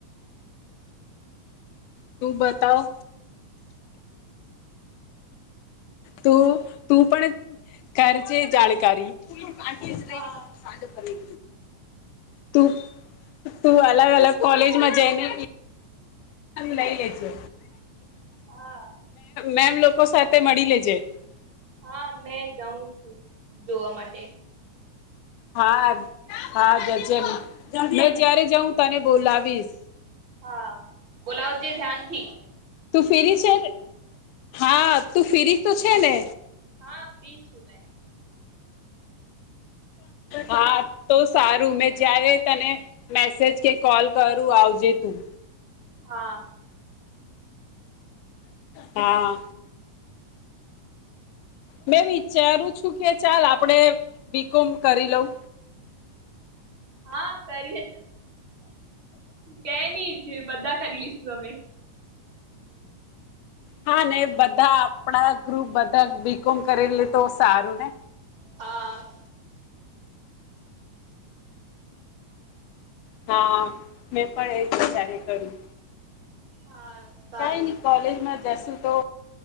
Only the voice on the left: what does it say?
તું બતાવ. તું તું પણ કરજે જાણકારી. આઠજ
લે <unintelligible> તું તું અલગ અલગ કોલેજમાં જઈને લઈ લેજે
મેમ લોકો સાથે મળી લેજે. <unintelligible>
હા હા ગજન મે જ્યારે જાઉ હું તને બોલાવીશ.
તું ફીરી છે ને. હા, તું ફીરી તો છે ને?
હા, તો સારું મેં જ્યારે તને મેસેજ કે કોલ કરું આવજે તું.
હા. મેં વિચારું છું કે ચાલ આપડે બી કોમ કરી લઉં.
હા, ને બધા આપડા ગ્રુપ બધા બી કોમ કરે લે તો સારું ને.
હા, મેં પણ એ જ વિચારે કર્યું.
કાઈ ની કોલેજમાં જસ ઉ તો